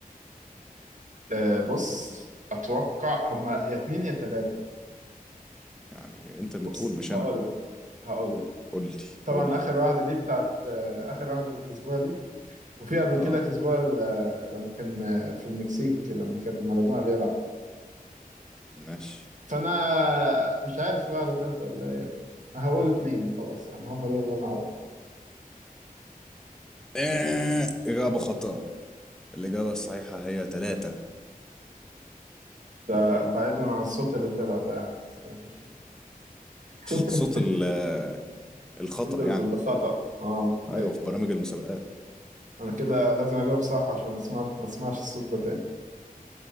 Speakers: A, on the right; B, in the centre.
A: آه، بص أتوقع هما يا اتنين يا تلاتة
B: يعني انت اللي
A: بص
B: تقول مش
A: هقول
B: انا
A: لك هقول لك
B: قول لي
A: طبعا
B: قول لي
A: اخر واحده دي بتاعت آه، اخر واحده اللي كسبوها دي وفي قبل
B: اه
A: كده كسبوها ال- آه، لما كان آه، في المكسيك لما كان مارادونا بيلعب
B: ماشي
A: فانا مش عارف في واحده ثالثه ولا ايه أنا هقول اتنين وخلاص يعني هم دول اللي انا اعرفه
B: آه. إجابة خطأ الإجابة الصحيحة هي ثلاثة
A: ده بعيدا عن الصوت اللي طلع ده يعني بس يعني مش- <laughs>
B: صوت ال- الخطأ
A: صوت الخطأ
B: يعني
A: اه
B: أيوة
A: ايوه
B: في برامج المسابقات
A: انا كده لازم اجاوب صح عشان ما اسمعش ما اسمعش الصوت ده تاني